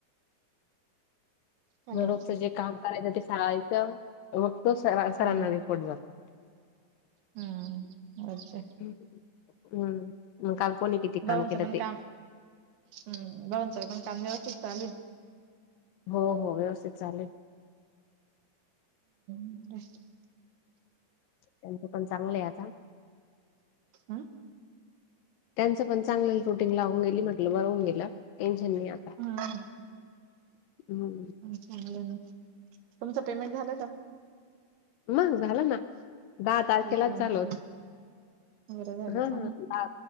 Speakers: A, on the right; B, on the left.
A: हॅलो
B: म रोजचं जे काम करायचं ते सांगायचं रोजचं
A: हम्म
B: सरांना दे पड जरा पड
A: हम्म बसते.
B: हम्म मग काल कोणी किती काम
A: भाऊंचं
B: केलं
A: पण
B: ते
A: काम हम्म भाऊचं पण काम व्यवस्थित चालू ये.
B: हो हो व्यवस्थित चाललयं.
A: <unintelligible>
B: त्यांच, पण चांगलं ये आता
A: हम्म
B: त्यांच पण चांगल रुटींग लावून गेली, म्हटलं बरवून गेलं टेन्शन नाही आता
A: हम्म
B: हम्म
A: चांगलं ये ना तुमच पेमेंट झालं का?
B: मग झालं ना, दहा तारखेलाच
A: एक मंथ
B: झालं होतं.
A: वगैरे झालं
B: हा,
A: का?
B: ह, दहा